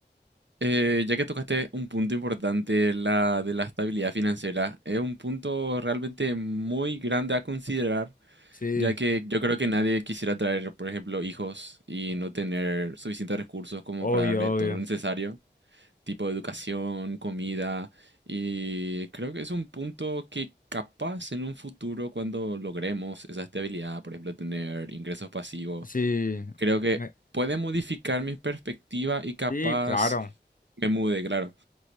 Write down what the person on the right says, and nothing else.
Eh, ya que tocaste un punto importante, la de la estabilidad financiera, es un punto realmente muy grande a considerar
Ya que yo creo que nadie quisiera traer, por ejemplo, hijos y no tener suficientes recursos como
para darle
todo lo necesario, tipo educación, comida, y creo que es un punto que capaz en un futuro cuando logremos esa estabilidad, por ejemplo, tener ingresos pasivos,
creo que
puede modificar mi perspectiva y capaz
me mude, claro,